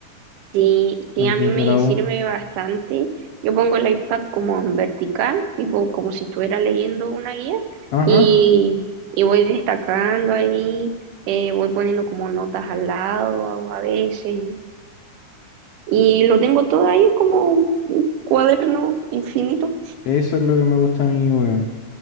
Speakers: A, on the right (about 85°); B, on the left (about 70°).
A: Sí, sí,
B: La
A: a
B: guía
A: mí
B: de
A: me
B: la U.
A: sirve bastante. Yo pongo el iPad como en vertical, tipo como si estuviera leyendo una guía
B: Ajá,
A: y, y voy destacando ahí, eh, voy poniendo como notas al lado a veces y lo tengo todo ahí, es como un cuaderno infinito.
B: eso es lo que me gusta a mí, weón.